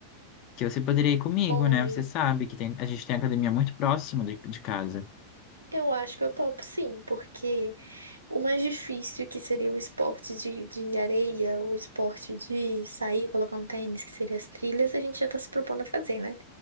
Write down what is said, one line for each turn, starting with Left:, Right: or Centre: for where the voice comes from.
Left: que você poderia ir comigo,
Right: Olha,
Left: né? Você sabe que tem, a gente tem academia muito próximo de, de casa.
Right: Eu acho que eu topo sim, porque o mais difícil que seria o esporte de, de areia, o esporte de sair, colocar um tênis, que seria as trilhas, a gente já tá se propondo a fazer, né?